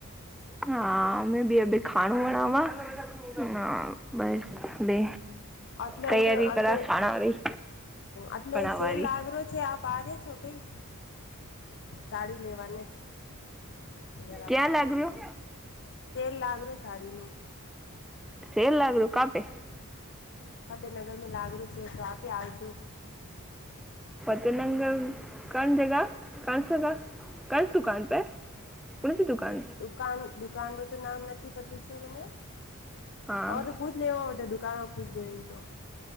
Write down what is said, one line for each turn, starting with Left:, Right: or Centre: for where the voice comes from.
Centre: હા, મે બી અબી ખાણું બણાવા. ના, બસ બે
Left: આટલે
Centre: તૈયારી
Left: અંટર આટલે,
Centre: કરા ખાણારી
Left: આટલે
Centre: બનાવાની
Left: શેલ લાગરો છે આ આ રિયા છો કંઈ? સાડી લેવાને. લેવા
Centre: ક્યાં
Left: કે
Centre: લાગ રહ્યો?
Left: સેલ લાગરો સાડીનો.
Centre: સેલ લાગરો કાંપે?
Left: ફતેહનગરમાં લાગરું છે, તો આપે આવજો.
Centre: ફતેનંગર, કોણ જગા, કોણ <unintelligible> કસ દુકાન પે? <unintelligible> છે દુકાન.
Left: દુકાન, દુકાન રો તો નામ નથી પતું છે મને.
Centre: હા
Left: હવે તો કૂછ લેવા માટે દુકાનમાં ખૂબ <unintelligible> તો